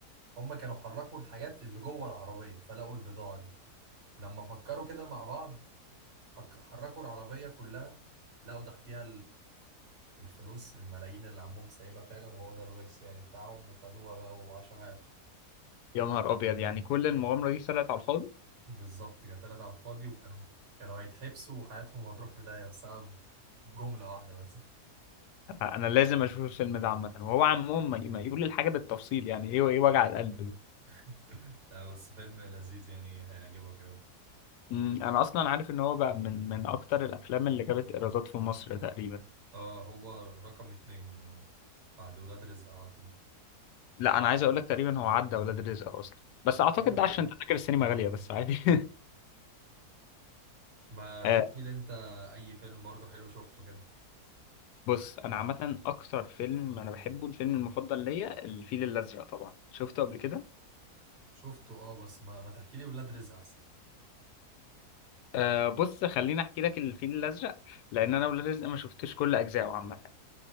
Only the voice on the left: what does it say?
يا نهار ابيض يعني كل المغامرة دي طلعت على الفاضي
انا أنا لازم اشوف الفيلم ده عامة وهو عمهم ما ما يقول الحاجة بالتفصيل يعني ايه وايه وجع القلب ده
مم. انا اصلا عارف ان هو بقى من من اكتر الافلام اللي جابت ايرادات في مصر تقريبا
لا انا عايز اقول لك تقريبا هو عدى ولاد رزق اصلا بس اعتقد
ده عشان تذاكر السينما غاليه بس عادي <laughs>
آه،
بص انا عامه اكتر فيلم انا بحبه الفيلم المفضل ليا الفيل الازرق طبعا شفته قبل كده
آه، بص خليني احكي لك الفيل الازرق لان انا ولاد رزق ما شفتش كل اجزائه عامه